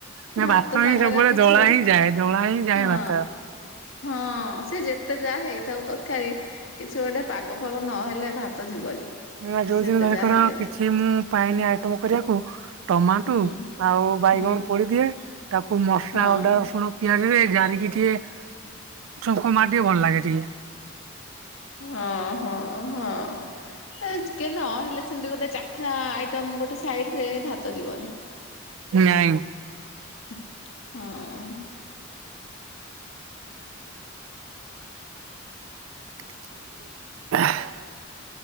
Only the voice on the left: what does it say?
ଭାତ ସାଙ୍ଗରେ
କିଛି
ଗୋଟେ,
ହଁ।
ହଁ ସେ ଯେତେ ଯାହା ହେଇଥାଉ ତରକାରୀ କିଛି ଗୋଟେ ପାଗ ଫାଗ ନହେଲେ ଭାତ ଯିବନି।
ସେ ଯେତେ
ଯାହା ହେଇଯାଉ
ହୁଁ
ହୁଁ
ହଁ।
ହଁ- ହଁ -ହଁ କେ ନହେଲେ ସେମିତି ଗୋଟେ ଚାଖଣା ଆଇଟମ୍ ଗୋଟେ ସାଇଡରେ ଭାତ ଯିବନି।
ହଁ।